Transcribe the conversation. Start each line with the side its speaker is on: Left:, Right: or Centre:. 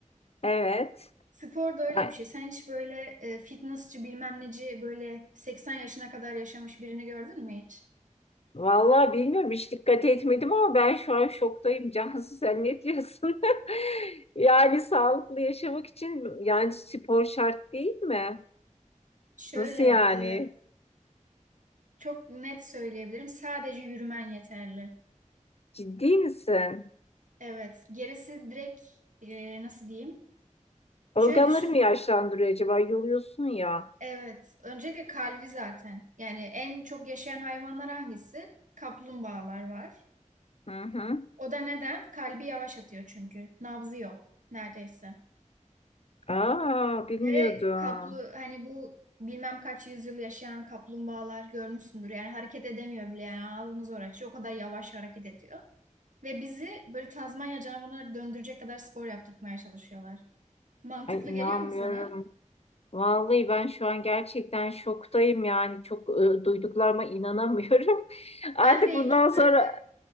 Left: evet.
Right: Spor da öyle
Left: Ha,
Right: bir şey. Sen hiç böyle e, fitnessçi bilmem neci böyle 80 yaşına kadar yaşamış birini gördün mü hiç?
Left: Vallahi bilmiyorum hiç dikkat etmedim ama ben şu an şoktayım Cansu sen ne diyorsun? <laughs> Yani sağlıklı yaşamak için yani spor şart değil mi?
Right: Şöyle
Left: Nasıl yani?
Right: e, Çok net söyleyebilirim. Sadece yürümen yeterli.
Left: Ciddi misin?
Right: Evet. Gerisi direkt e, nasıl diyeyim?
Left: Organları
Right: Şöyle düşün.
Left: mı yaşlandırıyor acaba? Yoruyorsun ya.
Right: Evet. Öncelikle kalbi zaten. Yani en çok yaşayan hayvanlar hangisi? Kaplumbağalar var.
Left: Hı hı.
Right: O da neden? Kalbi yavaş atıyor çünkü. Nabzı yok neredeyse.
Left: Aa, bilmiyordum.
Right: Ve kaplı hani bu bilmem kaç yüzyıl yaşayan kaplumbağalar görmüşsündür. Yani hareket edemiyor bile. Yani ağzını zor açıyor. O kadar yavaş hareket ediyor. Ve bizi böyle Tazmanya canavarına döndürecek kadar spor yaptırmaya çalışıyorlar. Mantıklı
Left: Ay inanmıyorum.
Right: geliyor mu sana?
Left: Vallahi ben şu an gerçekten şoktayım yani çok e, duyduklarıma inanamıyorum. <laughs> Artık
Right: Ben de
Left: bundan
Right: ilk
Left: sonra
Right: böyle